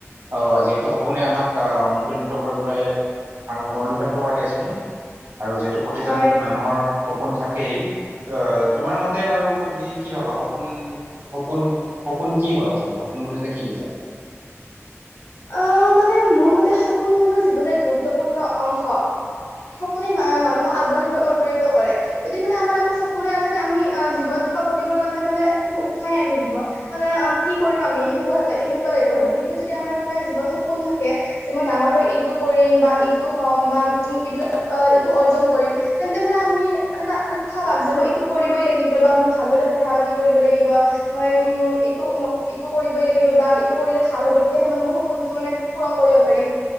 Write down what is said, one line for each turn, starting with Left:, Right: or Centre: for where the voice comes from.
Right: অ যিহেতু সপোনে আমাক আহ অনুপ্ৰাণিত কৰিবলৈ অনুপায়ণিত কৰা দিয়াচোন আৰু যিহেতু প্ৰতিজন
Left: হয়
Right: মানুহৰ সপোন থাকেই অ তোমাৰ মতে বাৰু তুমি কি ভাবা সপোন সপোন সপোন কি হয় আচল স উ উিলে কি বুজা
Left: <inaudible> আহ মানে মোৰ মতে সপোন মানুহৰ জীৱনৰ গুৰুত্বপূৰ্ণ অংশ। সপোনে মানুহক আগবাঢ়িবলৈ অনুপ্ৰাণিত কৰে যদি মানে আমাৰ একো সপোনে নাথাকে আমি জীৱনত কিবা কৰিবৰ কাৰণে মানে কোনো উৎসাহে থাকিব মানে অ কি কৰিম আমি সেনেকুৱা সেনেুৱা টাইপৰ হ'ব কিন্তু যদি আ হয় মানে যিমান সপোন থাকে যে মই ডাঙৰ হৈ এইটো কৰিম বা এইটো হন বা <unintelligible> বা এইটো অৰ্জন কৰিম তেন্তে মানে আমি এটা উৎসাহ পাম যে মই এইটো কৰিবই লাগিব বা মই ভালদৰে পঢ়া পঢ়া-পাতি কৰিবই লাগিব মই উম এইটো এইটো কৰিবই লাগিব বা এইটো কৰিলে ভাল হ'ব তেতিয়াহে মই মোৰ সপোনটো মানে পূৰণ কৰিব পাৰিম,